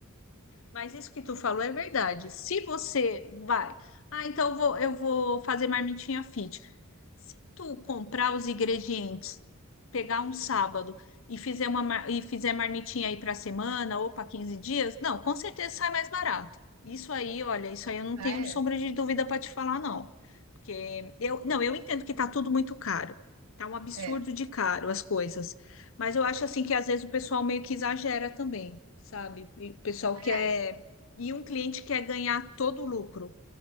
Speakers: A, on the left; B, on the right.
A: Mas isso que tu falou é verdade. Se você vai, ah, então eu vou, eu vou fazer marmitinha fit. Se tu comprar os ingredientes, pegar um sábado e fizer uma mar- e fizer marmitinha aí para semana ou para 15 dias, não, com certeza sai mais barato. Isso aí, olha, isso aí eu não
B: Ah,
A: tenho
B: é?
A: sombra de dúvida para te falar, não. Porque eu, não, eu entendo que tá tudo muito caro. Tá um absurdo
B: É.
A: de caro as coisas. Mas eu acho assim que às vezes o pessoal meio que exagera também sabe? E o pessoal
B: Ah,
A: quer.
B: é.
A: E um cliente quer ganhar todo o lucro.